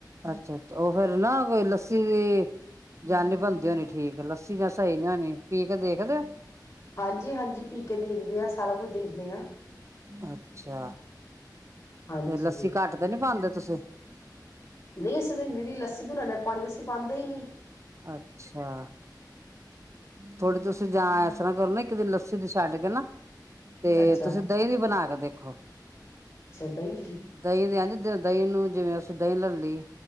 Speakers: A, on the right; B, on the left.
A: ਅੱਛਾ- ਅੱਛਾ ਉਹ ਫੇਿਰ ਨਾ ਕੋਈ ਲੱਸੀ, ਦੀ ਜਾਨ ਨੀ ਬਣਦੀ ਹੋਣੀ। ਠੀਕ ਲੱਸੀ ਜਾਂ ਸਹੀ ਨੀ ਹੋਣੀ ਪੀ ਕੇ ਦੇਖ ਦਿਓ।
B: ਹਾਂਜੀ, ਹਾਂਜੀ ਪੀ ਕੇ ਦੇਖਦੇ ਆ। ਸਾਰਾ ਕੁਝ ਦੇਖਦੇ ਆ।
A: ਅੱਛਾ।
B: ਹਾਂਜੀ
A: ਤੇ ਲੱਸੀ ਘੱਟ ਤੇ ਨੀ ਪਾਉਂਦੇ ਤੁਸੀਂ?
B: ਨਹੀਂ, ਅਸੀਂ ਤੇ ਨਿਰੀ ਲੱਸੀ ਦੀ ਬਣਾਉਣੇ ਆ ਪਾਣੀ ਤੇ ਅਸੀਂ ਪਾਉਂਦੇ ਈ ਨਹੀਂ।
A: ਅੱਛਾ। ਥੋੜੀ ਤੁਸੀਂ ਜਾਂ ਇਸ ਤਰ੍ਹਾਂ ਕਰੋ ਨਾ ਇੱਕ ਦਿਨ ਲੱਸੀ ਤੇ ਛੱਡ ਕੇ ਨਾ ਤੇ
B: ਅੱਛਾ-ਅੱਛਾ
A: ਤੁਸੀਂ ਦਹੀਂ ਵੀ ਬਣਾ ਕੇ ਦੇਖੇ। <inaudible>
B: ਦਹੀਂ ਦੀ
A: ਦਹੀਂ ਦੀ ਇੰਜ ਦਹੀਂ ਨੂੰ ਜਿਵੇਂ ਅਸੀਂ ਦਹੀਂ ਲੈ ਲੀ।